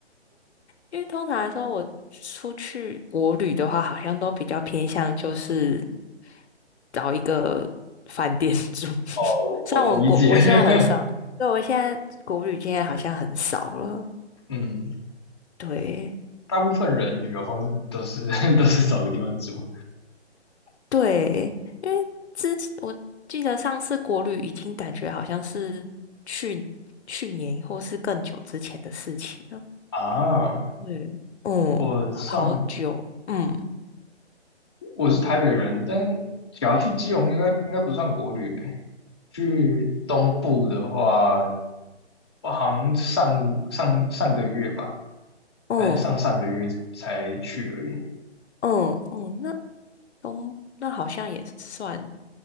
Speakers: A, on the left (about 70°); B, on the left (about 25°).
A: 因为通常来说，我出去国旅的话，好像都比较偏向就是找一个饭店 <laughs> 住。
B: 我我能理解。
A: 虽然我国我现在很少，
B: <laughs>
A: 对，我现在国旅现在好像很少了。
B: 嗯，
A: 对
B: 大部分人旅游方式都是 <laughs> 都是找个地方住
A: 对，因为之前我记得上次国旅已经感觉好像是去去年或是更久之前的事情了。
B: 啊。
A: 对，嗯，
B: 我上
A: 好好久，嗯
B: 我是台北人，但只要去基隆应该应该不算国旅呗。去东部的话，我好像上上上个月吧，
A: 嗯
B: 还是上上个月才去而已。
A: 嗯嗯，那。东，那好像也算，